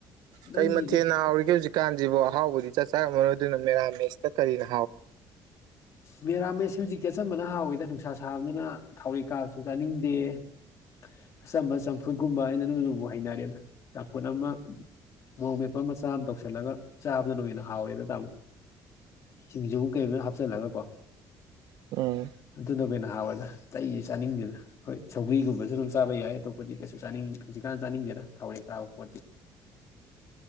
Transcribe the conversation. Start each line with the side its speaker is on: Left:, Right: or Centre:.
Left: ꯅꯪꯒꯤꯗꯤ
Right: ꯀꯩ ꯃꯊꯦꯜ ꯍꯥꯎꯔꯤꯒꯦ ꯍꯧꯖꯤꯛꯀꯥꯟꯁꯤꯕꯨꯣ ꯑꯍꯥꯎꯕꯗꯤ ꯆꯥꯛ ꯆꯥꯔꯝꯃꯅꯣꯏ ꯑꯗꯨꯅ ꯃꯦꯔꯥꯃꯦꯁꯇ ꯀꯔꯤꯅꯣ
Left: ꯃꯔ ꯑꯃ <unintelligible> <inaudible> ꯁꯤ ꯍꯧꯖꯤꯛꯇꯤ ꯑꯆꯝꯕꯅ ꯍꯥꯎꯋꯦꯗ ꯅꯨꯡꯁꯥ ꯁꯥꯕꯅꯤꯅ ꯊꯥꯎꯔꯤꯩ ꯀꯥꯁꯨ ꯆꯥꯅꯤꯡꯗꯦ ꯑꯆꯝꯕ ꯆꯝꯐꯨꯠꯀꯨꯝꯕ ꯑꯩꯅ ꯅꯨ ꯅꯕꯨ ꯍꯩꯅꯔꯦꯅ ꯆꯝꯐꯨꯠ ꯑꯃ ꯃꯣꯔꯣꯛ ꯃꯦꯞꯄ ꯃꯆꯥ ꯑꯃ ꯇꯧꯁꯤꯜꯂꯒ ꯆꯥꯕꯗ ꯅ ꯑꯣꯏꯅ ꯍꯥꯎꯋꯦꯗ ꯇꯥꯃꯣ ꯁꯤꯡꯖꯨ ꯀꯩ ꯍꯥꯞꯆꯤꯜꯂꯒ ꯀꯣ
Right: ꯎꯝ
Left: ꯑꯗꯨ ꯅ ꯀꯩꯅꯣ ꯅꯍꯥꯋꯥꯏꯗ ꯆꯩꯁ ꯆꯥꯅꯤꯡꯁꯤꯗꯅ ꯍꯣꯏ ꯁꯧ꯭ꯔꯤꯒꯨꯝꯕꯁꯨ ꯑꯗꯨꯝ ꯆꯥꯕ ꯌꯥꯏ ꯑꯇꯣꯞꯄꯗꯤ ꯀꯩꯁꯨ ꯆꯥꯅꯤꯡ ꯍꯧꯖꯤꯛꯀꯥꯟꯅ ꯆꯥꯅꯤꯡꯗꯦ ꯩꯅ ꯊꯥꯎꯔ ꯇꯥꯕ ꯄꯣꯗꯤ